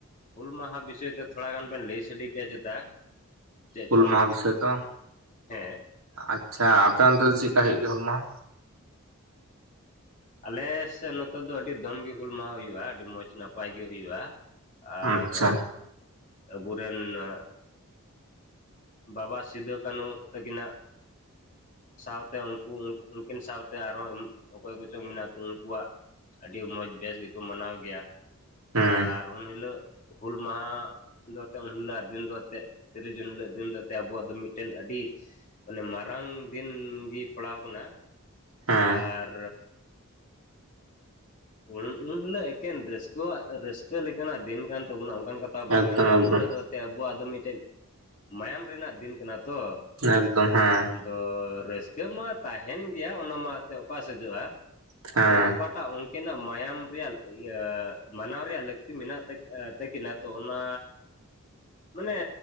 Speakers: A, on the left; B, on the right.
A: ᱦᱩᱞ ᱢᱟᱦᱟ ᱵᱤᱥᱚᱭ ᱛᱮ ᱛᱷᱚᱲᱟ ᱜᱟᱱ ᱵᱮᱱ ᱞᱟᱹᱭ ᱥᱟᱰᱮ ᱠᱮᱭᱟ ᱪᱮᱛᱟ ᱪᱮᱫ
B: ᱦᱩᱞ
A: ᱪᱚᱝ
B: ᱢᱟᱦᱟ ᱵᱤᱥᱚᱭ ᱛᱚ
A: ᱦᱮᱸ
B: ᱟᱪᱪᱷᱟ ᱟᱯᱮ ᱚᱱᱛᱮ ᱫᱚ ᱪᱮᱫᱠᱟ ᱦᱩᱭᱩᱜ ᱜᱮ ᱦᱩᱞ ᱢᱟᱦᱟ
A: ᱟᱞᱮ ᱥᱮᱫ ᱱᱚᱛᱮ ᱫᱚ ᱟᱹᱰᱤ ᱫᱚᱢ ᱜᱮ ᱦᱩᱞ ᱢᱟᱦᱟ ᱦᱩᱭᱩᱜᱼᱟ ᱟᱹᱰᱤ ᱢᱚᱡᱽ ᱱᱟᱯᱟᱭ ᱜᱮ ᱦᱩᱭᱩᱜᱼᱟ ᱟᱨ
B: ᱟᱪᱪᱷᱟ
A: ᱟᱵᱚ ᱨᱮᱱ <unintelligible> ᱵᱟᱵᱟ ᱥᱤᱫᱩ ᱠᱟᱹᱱᱦᱩ ᱛᱟᱹᱠᱤᱱᱟᱜ ᱥᱟᱶ ᱛᱮ ᱩᱱᱠᱩ ᱩᱱᱠᱤᱱ ᱥᱟᱶ ᱛᱮ ᱟᱨ ᱦᱚᱸ ᱚᱠᱚᱭ ᱠᱚᱪᱚᱝ ᱢᱮᱱᱟᱜ ᱠᱚ ᱩᱱᱠᱩᱣᱟᱜ ᱟᱹᱰᱤ ᱢᱚᱡᱽ ᱵᱮᱥ ᱜᱮ ᱠᱚ ᱢᱟᱱᱟᱣ ᱜᱮᱭᱟ
B: ᱦᱮᱸ
A: ᱟᱨ ᱩᱱ ᱦᱤᱞᱳᱜ ᱦᱩᱞ ᱢᱟᱦᱟ ᱟᱫᱚ ᱮᱱᱛᱮᱫ ᱩᱱᱦᱤᱞᱳᱜ ᱫᱤᱱ ᱫᱚ ᱮᱱᱛᱮᱫ ᱛᱤᱨᱤᱥ ᱡᱩᱱ ᱦᱤᱞᱳᱜ ᱫᱤᱱ ᱫᱚ ᱛᱮᱜ ᱟᱵᱚᱣᱟᱜ ᱫᱚ ᱢᱤᱫᱴᱮᱱ ᱟᱹᱰᱤᱼᱼ ᱢᱟᱱᱮ ᱢᱟᱨᱟᱝ ᱫᱤᱱ ᱜᱮ ᱯᱟᱲᱟᱣ ᱠᱟᱱᱟ
B: ᱦᱮᱸ
A: ᱟᱨ ᱩᱱ ᱩᱱ ᱦᱤᱞᱳᱜ ᱮᱠᱮᱱ ᱨᱟᱹᱥᱠᱟᱹᱣᱟᱜ ᱨᱟᱹᱥᱠᱟᱹ ᱞᱮᱠᱟᱱᱟᱜ ᱫᱤᱱ ᱠᱟᱱ ᱛᱟᱵᱚᱱᱟ ᱚᱱᱠᱟᱱ ᱠᱟᱛᱷᱟ ᱵᱟᱝ
B: ᱮᱠᱫᱚᱢ
A: ᱠᱟᱱᱟ ᱟᱨ
B: ᱮᱠᱫᱚᱢ
A: ᱩᱱ ᱦᱤᱞᱳᱜ ᱫᱚ ᱮᱱ ᱟᱵᱚᱣᱟᱜ ᱫᱚ ᱢᱤᱫᱴᱮᱡ ᱢᱟᱭᱟᱢ ᱨᱮᱱᱟᱜ ᱫᱤᱱ ᱠᱟᱱᱟ ᱛᱚ
B: ᱮᱠᱫᱚᱢ ᱦᱮᱸᱼᱼ
A: ᱟᱫᱚ ᱨᱟᱹᱥᱠᱟᱹ ᱢᱟ ᱛᱟᱦᱮᱱ ᱜᱮᱭᱟ ᱚᱱᱟ ᱢᱟ ᱮᱱᱛᱮᱫ ᱚᱠᱟ ᱥᱮᱡᱚᱜᱼᱟ
B: ᱦᱮᱸ
A: ᱟᱫᱚ ᱚᱠᱟ ᱩᱱᱠᱤᱱᱟᱜ ᱢᱟᱭᱟᱢ ᱨᱮᱭᱟᱜ ᱤᱭᱟᱹ ᱢᱟᱱᱟᱣ ᱨᱮᱭᱟᱜ ᱞᱟᱹᱠᱛᱤ ᱢᱮᱱᱟᱜ <unintelligible> ᱛᱟᱹᱠᱤᱱᱟ ᱛᱚ ᱚᱱᱟᱼᱼ ᱢᱟᱱᱮ